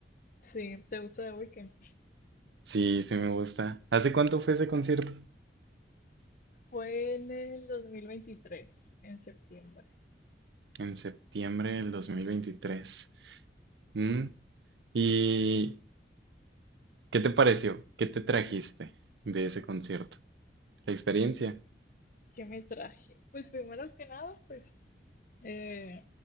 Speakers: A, on the left; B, on the right.
A: sí, ¿te gusta The Weeknd?
B: Sí, sí me gusta. ¿Hace cuánto fue ese concierto?
A: Fue en el 2023 en septiembre.
B: En septiembre del 2023. ¿Mm? ¿Y qué te pareció? ¿Qué te trajiste de ese concierto? La experiencia.
A: ¿Qué me traje? Pues primero que nada, pues eh,